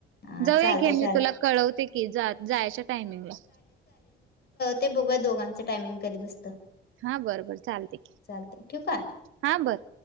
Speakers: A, on the left; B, on the right.
A: हा
B: जाऊया
A: चालते
B: घे
A: चाल
B: मी तुला कळवते की जायच्या टायमिंगला
A: ते बघ दोघांचं टायमिंग कध बसतं
B: हा बरं बर चालते
A: चालतंय ठेवू का?
B: हा बर